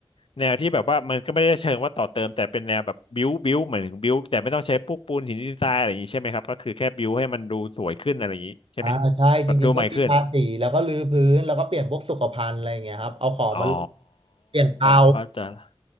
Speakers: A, on the left; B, on the right.
A: แนวที่แบบว่ามันก็ไม่ได้เชิงว่าต่อเติมแต่เป็นแนวแบบบิวบิวเหมือนถึงบิวแต่ไม่ต้องใช้พวกปูนหินดินทรายอะไรอย่างงี้ใช่ไหมครับก็คือแค่บิวให้มันดูสวยขึ้นอะไรอย่างงี้ใช่ไหม
B: อ่าใช่จริงๆก็มีทาสีแล้วก็รื้อพื้นแล้วก็เปลี่ยนพวกสุขภัณฑ์อะไรอย่างเงี้ยครับเอาของมาลง
A: แบบดูใหม่ขึ้นอ๋อ
B: เปลี่ยนเตา
A: เข้าใจละ